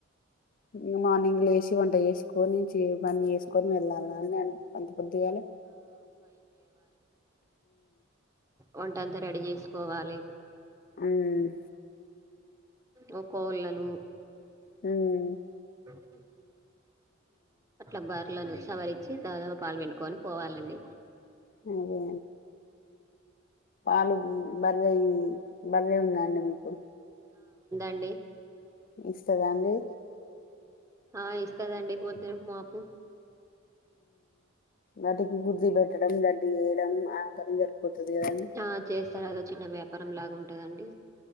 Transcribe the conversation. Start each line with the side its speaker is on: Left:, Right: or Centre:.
Left: ఇంగ మార్నింగ్ లేసి వంట చేసుకొని చే పని చేసుకొని వెళ్ళాలనా నన్ అంత పొద్దుగాలె.
Right: వంటంతా రెడీ చేసుకోవాలి.
Left: ఉమ్
Right: ఓ కోళ్ళనువ్
Left: హుమ్మ్
Right: <unintelligible> అట్లా బార్లోలను సవారి వచ్చి దాదాగా పాలు పెంటుకొని పోవాలండి
Left: అదే పాలు బర్రె బర్రె ఉందండి మీకు
Right: అడి
Left: ఇన్స్టాగ్రామ్లే
Right: ఆ ఇస్తదండిపోద్దు మాపు
Left: వాటికి గుద్ది పెట్టడం దడ్డి వేయడం ఆ పని సరిపోతది కదండి
Right: ఆ చేస్తారు అదో చిన్న వ్యాప్ రంలాగా ఉంటుందండి